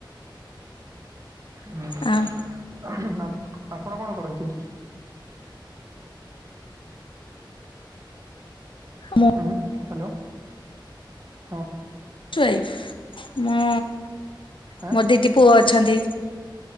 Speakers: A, on the right (about 40°); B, on the left (about 80°).
A: ହୁଁ ଉଁ
B: ଆଉ
A: ହୁଁ ହୁଁ ଆପଣ କଣ କରନ୍ତି?
B: ମୁଁ
A: ଉଁ ହାଲୋ ହୁଁ
B: <unintelligible> ମୁଁ
A: ଆଁ
B: ମୋ ଦିଦି ପୁଅ ଅଛନ୍ତି।